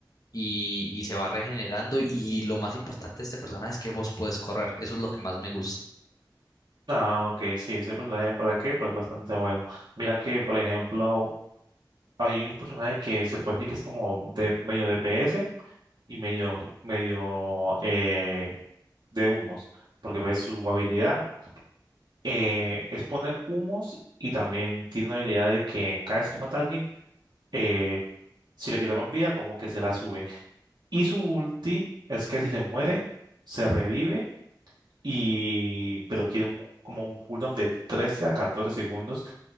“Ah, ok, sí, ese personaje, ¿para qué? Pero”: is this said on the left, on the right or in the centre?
Right